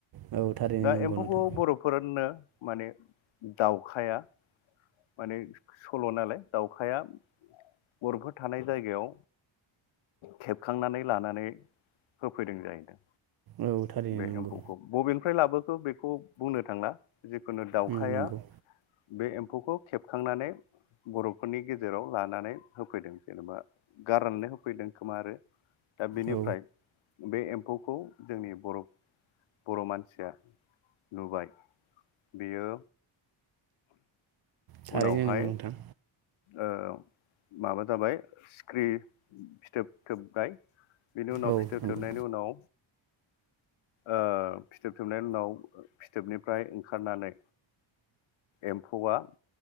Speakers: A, on the right (about 50°); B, on the left (about 75°).
A: औ थारैनो
B: दा
A: नंगौ
B: एम्फौखौ
A: नोंथां
B: बर'फोरनो माने दाउखाया माने सल' नालाय दाउखाया बर'फोर थानाय जायगायाव खेबखांनानै लानानै होफैदों जाहैदों।
A: औ थारैनो
B: बे
A: नंगौ
B: एम्फौखौ बबेनिफ्राय लाबोखो बेखौ बुंनो थांला जिखुनु दाउखाया
A: औ नंगौ
B: बे एम फौखौ खेबखांनानै बर'फोरनि गेजेराव लानानै होफैदों जेनबा गारनानै होफैदों खोमा आरो दा बेनिफ्राय
A: औ
B: बे एम्फौखौ जोंनि बर' बर' मानसिया नुबाय बेयो
A: थारैनो
B: उनावहाय
A: नंगौ नोंथां
B: ओ माबा जाबाय सिख्रि फिथोबथोबाय बिनि उनाव
A: औ
B: फिथोब
A: नंगौ
B: थोबनायनि उनाव ओ फिथोब थोबनायनि उनाव फिथोबनिफ्राय ओंखारनानै एम्फौआ